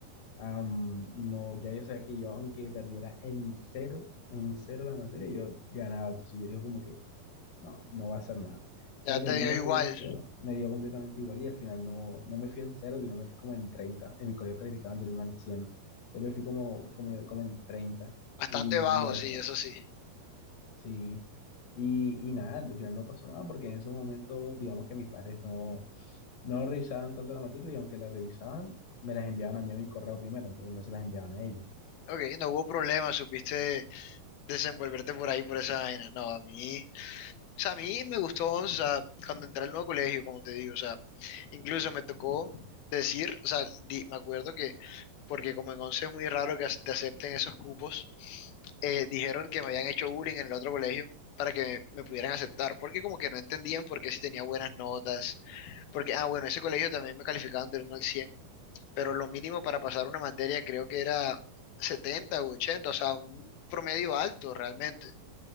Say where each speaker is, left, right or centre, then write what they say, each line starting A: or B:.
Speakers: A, on the left; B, on the left.
A: Am, no, ya yo sabía que yo, aunque perdiera en cero, en cero la materia, yo ganaba. Entonces yo digo como que no, no va a ser nada.
B: Ya
A: Y al final
B: te dio
A: no me
B: igual.
A: fui en cero, me dio completamente igual y al final no, no me fui en cero, sino me fui como en treinta En mi colegio calificaban del uno al cien Entonces me fui como, como, como en 30
B: Bastante
A: y
B: bajo,
A: ya
B: sí,
A: eso.
B: eso sí.
A: Sí, y, y nada, al final no pasó nada porque en esos momentos, digamos que mis padres no, no revisaban tanto la matrícula y aunque la revisaban, me las enviaban a mí a mi correo primero, entonces no se las enviaban a ellos.
B: Ok, no hubo problema, supiste desenvolverte por ahí, por esa vaina. No, a mí, o sea, a mí me gustó, o sea, cuando entré al nuevo colegio, como te digo, o sea, incluso me tocó decir, o sea, di- me acuerdo que, porque como en 11 es muy raro que as- te acepten esos cupos, eh, dijeron que me habían hecho bullying en el otro colegio para que me pudieran aceptar, porque como que no entendían por qué si tenía buenas notas, porque, ah, bueno, ese colegio también me calificaban del uno al 100. pero lo mínimo para pasar una materia creo que era 70 u ochenta o sea, un promedio alto realmente.